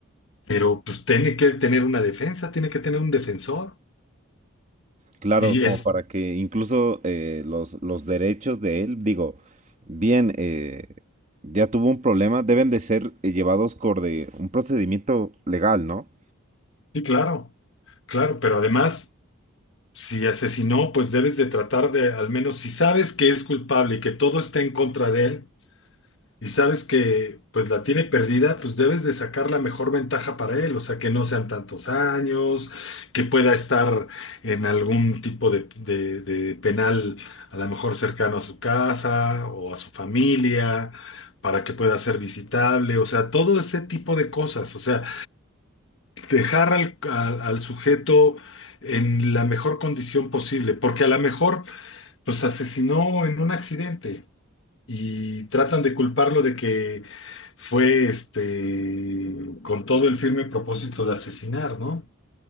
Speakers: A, on the left; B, on the right.
A: pero pues tiene que tener una defensa, tiene que tener un defensor.
B: Claro,
A: Y
B: como
A: es,
B: para que incluso eh, los, los derechos de él, digo, bien, eh, ya tuvo un problema, deben de ser eh, llevados por de un procedimiento legal, ¿no?
A: sí, claro, claro, pero además, si asesinó, pues debes de tratar de, al menos si sabes que es culpable y que todo está en contra de él, y sabes que pues la tiene perdida, pues debes de sacar la mejor ventaja para él, o sea, que no sean tantos años, que pueda estar en algún tipo de, de- de penal, a lo mejor cercano a su casa o a su familia, para que pueda ser visitable, o sea, todo ese tipo de cosas, o sea, dejar al, al- al sujeto en la mejor condición posible, porque a lo mejor pues asesinó en un accidente y tratan de culparlo de que fue este con todo el firme propósito de asesinar, ¿no?